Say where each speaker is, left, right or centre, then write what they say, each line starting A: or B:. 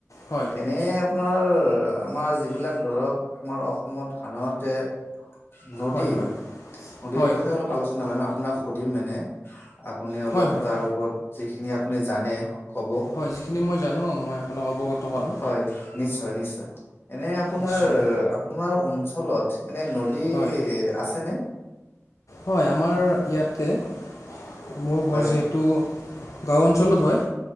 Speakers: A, on the left; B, on the left.
A: হয়
B: এনে আপোনাৰ আমাৰ যিবিলাক ধৰক আমাৰ অসমত সাধাৰণতে নদী
A: হয় হয়
B: নদীৰ
A: হয়
B: বিষয়ে অলপ আলোচনা কৰিম আপোনাক সুধিম মানে আপুনি অলপ
A: হয় হয়
B: তাৰ ওপৰত যিখিনি আপুনি জানে ক'ব
A: হয় যিখিনি মই জানো মই আপোনাক অৱগত কৰাম
B: হয় নিশ্চয় নিশ্চয় এনে আপোনাৰ
A: নিশ্চয়
B: আপোনাৰ অঞ্চলত এনেই নদী
A: হয়
B: আছেনে?
A: হয় আমাৰ ইয়াতে মোৰ ঘৰ
B: হয়
A: যিহেতু গাওঁ অঞ্চ- চলত হয়